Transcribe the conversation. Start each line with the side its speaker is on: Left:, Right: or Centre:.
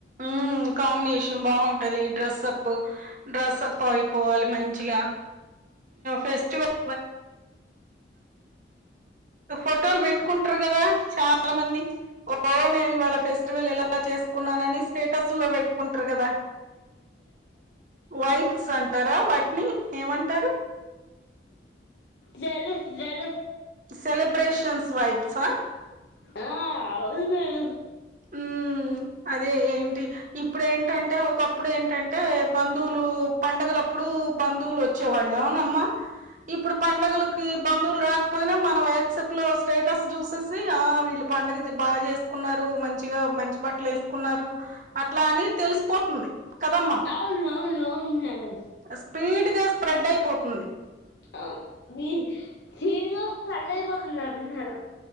Right: ఉమ్ కాంబినేషన్ బాగుంటది డ్రెస్అప్ ప్ డ్రెస్ అప్ ఐ పోవాలి మం చీగా ఫెస్టివల్ <inaudible> ఫోటోలు పెట్టుకుంటారు కదా చా చాలా మంది ఓ నేను ఇవాళ ఫెస్టివల్ ఇలా చేస్ కున్నానని స్టేటస్ లో పెట్టుకుంటారు కదా వైబ్స్ అంటారా వాటిని ఏమంటారు?
Left: Jealous jealous
Right: celebrations vibes వా
Left: ఆ అవును మేడం
Right: హ్మ్ అదే ఏంటి ఇ ఇప్పుడు ఏంటంటే ఒకప్పుడు ఏంటంటే బంధువులు పండుగలప్ ప్పుడు బంధువులు వచ్చేవాళ్లు అవునమ్మ ఇప్పుడు పండుగలకి బందువులు రాకపోయినా మన వాట్స్ అప్ లో స్టేటస్ చూసేసి ఆ వీళ్లు పండగ బాగా చేసుకున్నారు మంచి గా మంచి బట్టలు ఏస్ కున్నారు అట్లా అని తెలిసిపోతుంది కదమ్మా.
Left: అవును అవును అవును మేడం
Right: అస్ స్పీడ్ గా స్ప్రెడ్ అయిపోతుంది.
Left: ఆ మీ <unintelligible> సండే అయిపోతుంది <unintelligible> మేడం